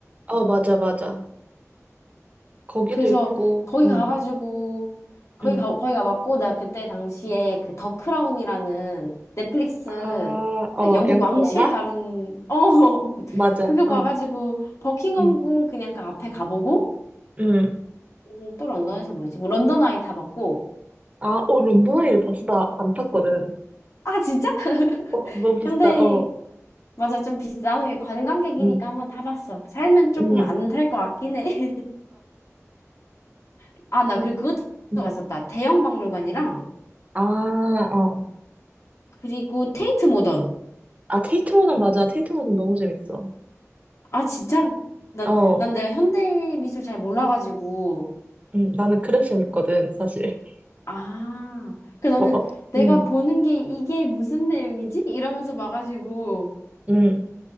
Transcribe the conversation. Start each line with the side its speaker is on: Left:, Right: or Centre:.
Right: 어, 맞아, 맞아. 거기도
Left: 그래서
Right: 있고,
Left: 거기
Right: 응,
Left: 가가지고 거기
Right: 응
Left: 가 거기 가봤고 나 그때 당시에 그 더 크라운이라는 넷플릭스
Right: 아, 어,
Left: 그 영국
Right: 영국
Left: 왕실
Right: 드라마?
Left: 다룬 어 <laughs>
Right: 맞아,
Left: 그거 봐가지고
Right: 어,
Left: 버킹엄
Right: 응.
Left: 궁 그냥 그 앞에 가보고
Right: 응
Left: 음, 또 런던에서 뭐였지 뭐 런던 아이 다 봤고
Right: 아, 어, 런던 아이를 다어나 안 탔거든.
Left: 아 진짜? <laughs>
Right: 어, 너무 비싸,
Left: 근데
Right: 어.
Left: 맞아 좀 비싼 게 관광객이니까
Right: 응,
Left: 한번 타봤어 살면 조금
Right: 음.
Left: 안 탈 것 같긴 해 아 <laughs> 나
Right: <laughs> 아,
Left: 그리고 그것도
Right: 응.
Left: 갔었다 대형 박물관이랑
Right: 아, 어.
Left: 그리고 테이트 모던
Right: 아, 테이트 워낙 맞아. 테이트 워낙 너무 재밌어.
Left: 아, 진짜? 나,
Right: 어,
Left: 난 내가 현대 미술 잘 몰라가지고.
Right: 음, 나는 그래서 재밌거든, 사실. <laughs>
Left: 아, 그 나는
Right: 뭐, 어,
Left: 내가
Right: 음,
Left: 보는 게 이게 무슨 내용이지? 이러면서 봐가지고.
Right: 음.